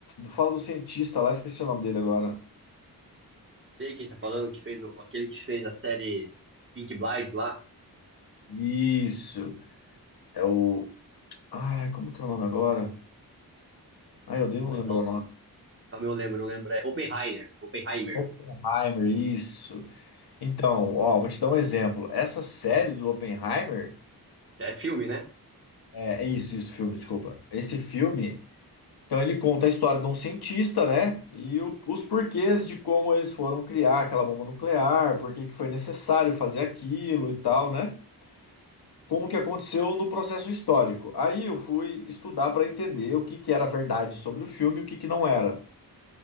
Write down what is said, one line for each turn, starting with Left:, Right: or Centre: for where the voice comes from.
Left: Fala do cientista lá, esqueci o nome dele agora.
Right: Sei quem tá falando, que fez o- aquele que fez a série Pink Blinds lá.
Left: Isso. É o. Ai, como que é o nome agora? Ai, eu odeio
Right: Calma
Left: não lembrar
Right: aí, não,
Left: o nome.
Right: calma aí, eu lembro, eu lembro. É Oppenheimer, Oppenheimer.
Left: Oppenheimer, isso. Então, ó, vou te dar um exemplo. Essa série do Oppenheimer.
Right: É filme, né?
Left: É, é isso, isso, filme, desculpa. Esse filme. Então, ele conta a história de um cientista, né? E o- os porquês de como eles foram criar aquela bomba nuclear, por que que foi necessário fazer aquilo e tal, né? Como que aconteceu no processo histórico. Aí eu fui estudar para entender o que que era verdade sobre o filme e o que que não era.